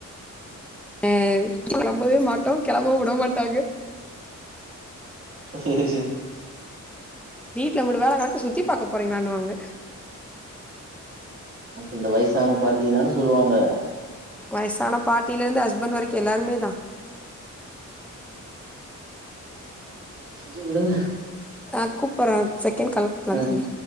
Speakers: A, in the centre; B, on the right (about 45°).
A: அஹ் கிளம்பவே மாட்டோ கிளம்பவு விட மாட்டாங்க
B: சேரி சேரி
A: வீட்டுல இம்புட்டு வேல கெடக்கு சுத்தி பாக்க போகிறீங்களான்னுவாங்க
B: இந்த வயசான பாட்டியதானே சொல்லுவாங்க
A: வயசான பாட்டியிலருந்து ஹஸ்பண்ட் வரைக்கு எல்லாருமே தா
B: சரி விடுங்க
A: நா கூப்புறே செகண்ட் கால்ல கூப்புறே
B: ம்
A: தம்பி